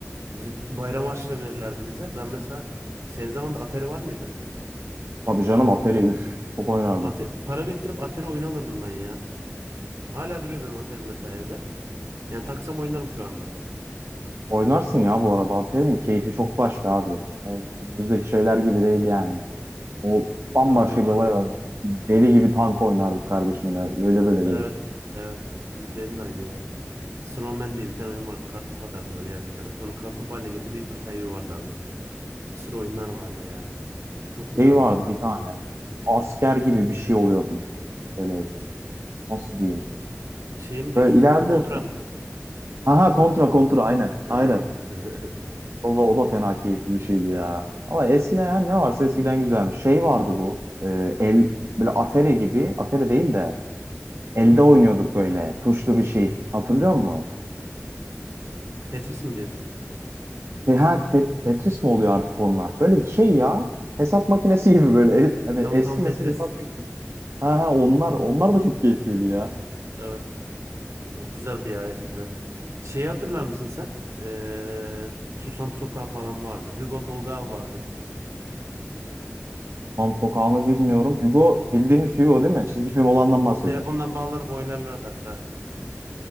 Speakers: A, on the right; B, on the right.
A: Biz bayram harçlığı verirlerdi bize. Ben mesela senin zamanında Atari var mıydı?
B: Tabii canım Atari üf. Çok oynardım.
A: Ate- para biriktirip Atari oyunu alırdım ben ya. Hala duruyor benim Atari'm mesela evde. Yani taksam oynarım şu anda.
B: Oynarsın ya bu arada. Alperen'in keyfi çok başka abi. Ya Günümüzdeki şeyler gibi değil yani. O
A: Çok
B: bambaşka
A: güzel oyunları vardı
B: bir olay
A: onların.
B: var. Deli gibi tank oynardık kardeşimle. Öyle böyle
A: Evet,
B: değil.
A: evet. Biz- Benim de aynı ya. Snowman diye bir tane oyun vardı. Kartopu atardım böyle yaratıklara. Sonra kartopu haline getirip aşağıya yuvarlardın. Bir sürü oyunlar vardı ya. O Çok güzel
B: Şey
A: zamanlardı
B: vardı bir tane.
A: valla.
B: Asker gibi bir şey oluyordun. Böyle nasıl diyeyim.
A: Şey mi diyorsun?
B: Böyle ilerliyorsun.
A: Kontra mı?
B: Aha
A: Kontra.
B: kontra kontra aynen.
A: Evet.
B: Aynen.
A: <laughs>
B: O da, o da fena keyifli bir şeydi ya. Ama eskiden yani ne varsa eskiden güzelmiş. Şey vardı bu. e, el böyle Atari gibi. Atari değil de elde oynuyorduk böyle. Tuşlu bir şey. Hatırlıyor musun?
A: Tetris mi diyorsun?
B: E, ha, Te- Tetris mi oluyor artık onlar? Böyle bir şey ya. Hesap makinesi gibi böyle. E- hani
A: Tamam
B: eski
A: tamam Tetris.
B: nesil hesap makinesi. Ha ha onlar onlar da çok keyifliydi ya.
A: Evet. Çok güzeldi ya eskiden. Şeyi hatırlar mısın sen? Ee, Susam Sokağı falan vardı. Hugo Tolga abi vardı.
B: Tam sokağını bilmiyorum. Hugo bildiğimiz Hugo değil mi? Çizgi film olandan bahsediyorum.
A: Telefondan bağlanıp oynarlardı hatta.